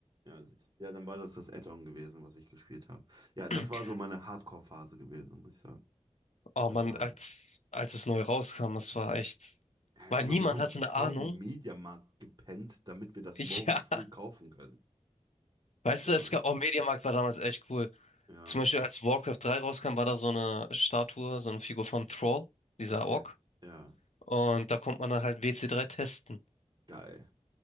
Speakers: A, on the right; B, on the left.
A: Ja, siehst- du. ja, dann war das das Add-on gewesen, was ich gespielt habe. Ja, das
B: <clears throat>
A: war so meine Hardcore-Phase gewesen, muss ich sagen.
B: Oh
A: Das
B: Mann,
A: war.
B: als, als es neu rauskam, das war echt.
A: Ja,
B: Weil
A: hör mal,
B: niemand
A: wir haben
B: hatte
A: vorm
B: eine Ahnung.
A: Mediamarkt gepennt, damit wir das
B: <laughs>
A: morgens früh kaufen
B: Ja.
A: können.
B: Weißt
A: Da,
B: du, es gab, oh, Mediamarkt war damals echt cool.
A: ja,
B: Zum Beispiel, als Warcraft 3 rauskam, war da so eine Statue, so eine Figur von Thrall, dieser
A: okay.
B: Ork.
A: Ja,
B: Und da konnte man dann halt WC3 testen.
A: geil.